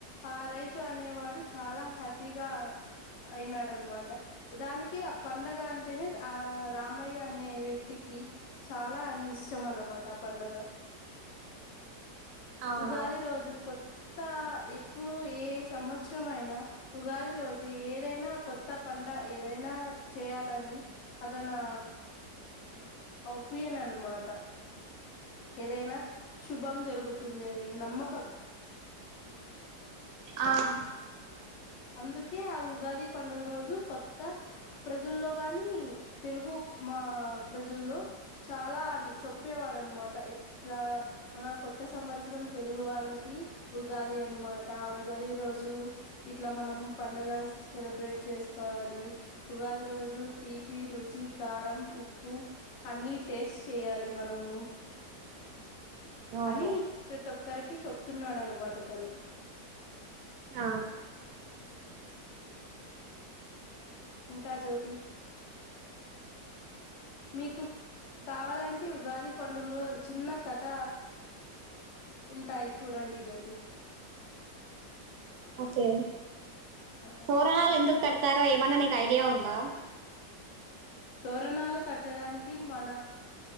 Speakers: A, on the left; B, on the right.
A: ఆ రైతు అనేవాడు చాలా హ్యాపీగా ఆ య అయినాడనమాట. దానికి ఆ పండగ అంటేనే ఆ రామయ్య అనే వ్యక్తికి చాలా అని ఇష్టం అన్నమాట. ఆ పండుగ
B: అవునా
A: ఉగాది రోజు కొత్ కొత్త ఎప్పుడు ఏ సంవత్సరం అయినా. ఉగాది రోజు ఏదైనా కొత్త పంట. ఏదైనా చేయాలని అదన నా ఒపీయన్ అనమాట. ఏదైనా శుభం జరుగుతుంది. అని నమ్మకం
B: ఆహ్
A: అందుకే ఆ ఉగాది పండుగ రోజు కొత్త ప్రజల్లో గానీ, తెలుగు మా ప్రజల్లో చాలా అని చొప్పేవాడు అనమాట. ఇట్లా మన కొత్త సంవత్సరం తెలుగు వాళ్ళకి ఉగాది అనమాట. ఆ ఉగాది రోజు ఇట్లా మనము పండగ సెలబ్రేట్ చేసుకోవాలి. ఉగాది రోజు తీపి, రుచి, కారం, ఉప్పు అన్నీ టేస్ట్ చేయాలి. మనము
B: ఓహో
A: అనీ ప్రతోక్ కరికి చెప్తున్నాడన్నమాట తను.
B: ఆ
A: ఇంకా జ్యోతి మీకు కావాలంటే. ఉగాది పండుగలో చిన్న కథ ఉంటాయి చూడండి. జ్యోతి
B: ఓకే
A: ఆ
B: తోరణాలు ఎందుక్ కాడత్ తారో ఏమన్నా నీకు ఐడియా ఉందా.
A: తోరణాలు కట్టడానికి. మన